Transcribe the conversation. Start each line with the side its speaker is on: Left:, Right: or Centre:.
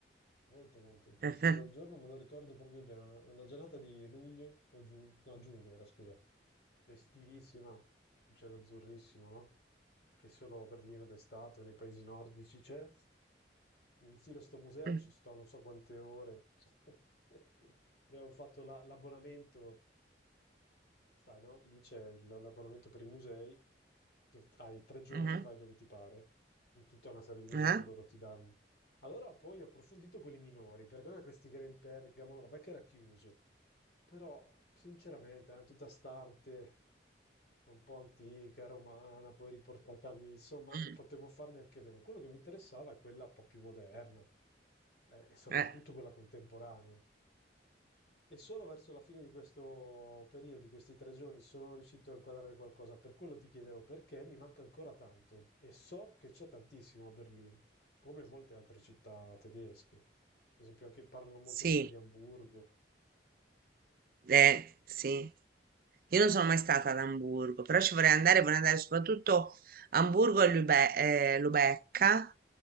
Left: Molto, molto interessante.
Right: <laughs>
Left: Quel giorno me lo ricordo proprio bene. Una una giornata di luglio o giugno, no, giugno era, scusa. Festivissima, un cielo azzurrissimo, no? Che solo a Berlino d'estate o nei paesi nordici c'è. Mi infilo a sto museo,
Right: Mhm,
Left: ci sto non so quante ore. <laughs> Abbiamo fatto la- l'abbonamento Sai, no? Lì c'è il- l'abbonamento per i musei, che hai tre giorni,
Right: mhm,
Left: vai dove ti pare, in tutta una serie di musei
Right: mhm,
Left: che loro ti danno. Allora poi ho approfondito quelli minori, perché a me questi che era il Pergamo, vabbè che era chiuso, però sinceramente eh, tutta st'arte un po' antica, romana, poi riportata lì, insomma,
Right: mm,
Left: io potevo farne anche meno. Quello che mi interessava è quella un po' più moderna, eh, e soprattutto
Right: eh,
Left: quella contemporanea. E solo verso la fine di questo periodo, di questi tre giorni, sono riuscito a inquadrare qualcosa. Per quello ti chiedevo perché mi manca ancora tanto e so che c'è tantissimo a Berlino, come molte altre città tedesche. Ad esempio, anche parlano molto
Right: sì,
Left: bene di Amburgo.
Right: eh, sì. Io non sono mai stata ad Amburgo, però ci vorrei andare, vorrei andare soprattutto a Amburgo e Lübe- eh, Lubecca,